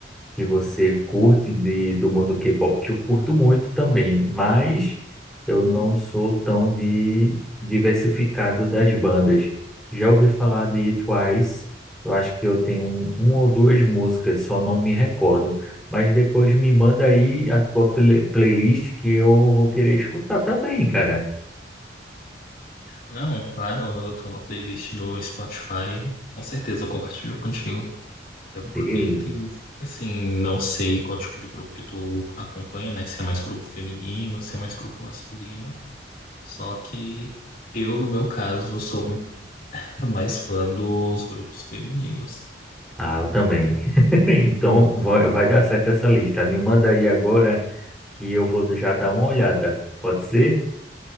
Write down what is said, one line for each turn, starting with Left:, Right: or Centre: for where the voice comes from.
Centre: que você curte de, do mundo K-pop, que eu curto muito também, mas eu não sou tão de diversificado das bandas. Já ouvi falar de Twice, eu acho que eu tenho um, uma ou duas músicas, só não me recordo. Mas depois me manda aí a tua play- playlist que eu vou querer escutar também, cara.
Left: Não, claro, eu tenho uma playlist no Spotify. Com certeza eu compartilho contigo. Até
Centre: Beleza.
Left: porque tem, assim, não sei qual tipo de grupo que tu acompanha, né? Se é mais grupo feminino, se é mais grupo masculino. Só que eu, no meu caso, sou <laughs> mais fã dos grupos femininos.
Centre: Ah, eu também. <laughs> Então vai vai dar certo essa lista. Me manda aí agora que eu vou já dar uma olhada. Pode ser?